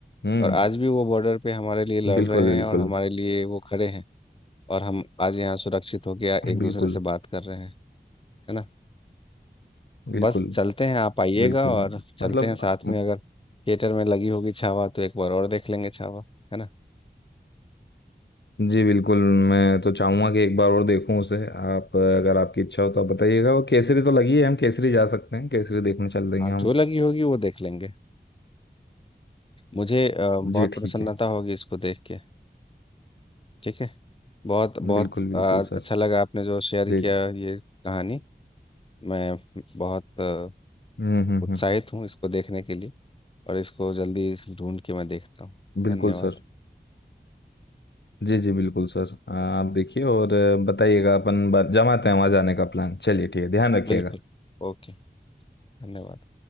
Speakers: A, on the left; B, on the left.
A: हम्म
B: और आज भी वो बॉर्डर पे हमारे लिए लड़
A: बिल्कुल
B: रहे
A: बिल्कुल
B: हैं और हमारे लिए वो खड़े हैं और हम आज यहाँ सुरक्षित होकर एक दूसरे
A: बिल्कुल
B: से बात कर रहे हैं है ना
A: बिल्कुल
B: बस चलते हैं आप आइएगा
A: बिल्कुल
B: और चलते
A: मतलब
B: हैं साथ
A: म-
B: में अगर थिएटर में लगी होगी छावा तो एक बार और देख लेंगे छावा है ना
A: जी बिल्कुल मैं तो चाहूंगा कि एक बार और देखूं उसे आप अगर आपकी इच्छा हो तो आप बताइएगा वो केसरी तो लगी है हम केसरी जा सकते हैं केसरी देखने चल देंगे
B: आप
A: हम
B: जो लगी होगी वो देख लेंगे मुझे अ, बहुत
A: जी ठीक
B: प्रसन्नता
A: है
B: होगी इसको देख के ठीक है बहुत बहुत
A: बिल्कुल बिल्कुल
B: अ,
A: सर
B: अच्छा लगा आपने जो शेयर किया
A: जी जी
B: ये कहानी मैं बहुत अ,
A: हम्म हम्म
B: उत्साहित
A: हम्म
B: हूँ इसको देखने के लिए और इसको जल्दी ढूंढ के मैं देखता हूँ
A: बिल्कुल
B: धन्यवाद
A: सर जी जी बिल्कुल सर आ, आप देखिए और आ, बताइएगा अपन बात- जमाते हैं वहाँ जाने का प्लान चलिए ठीक है ध्यान रखिएगा
B: बिल्कुल ओके धन्यवाद